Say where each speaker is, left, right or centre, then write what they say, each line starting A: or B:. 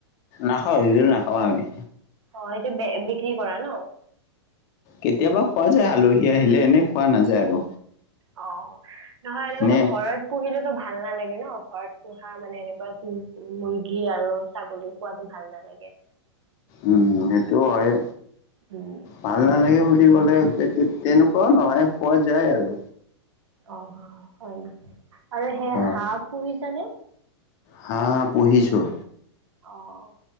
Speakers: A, on the left (about 20°); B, on the right (about 80°).
A: নাখাওঁ সেইবোৰ নাখাওঁ আমি।
B: অঁ, এইটো বিক্ৰী কৰা ন?
A: কেতিয়াবা খোৱা যায় আলহী আহিলে এনে খোৱা নাযায় আৰু।
B: অঁ, নহয় এনেকুৱাটো
A: নে
B: ঘৰত পুহিলেতো ভাল নালাগে ন ঘৰত পোহা মানে এনেকুৱা মুৰ্গী আৰু ছাগলী পোৱালী ভাল নালাগে। তাকে।
A: উম সেইটো হয়।
B: উম
A: ভাল নালাগে বুলি ক'লে তেনেকুৱাও নহয় খোৱা যায় আৰু।
B: অঁ, হয় আৰু সেই
A: অ',
B: হাঁহ পুহিছানে?
A: হাঁহ পূহিছোঁ।
B: অঁ।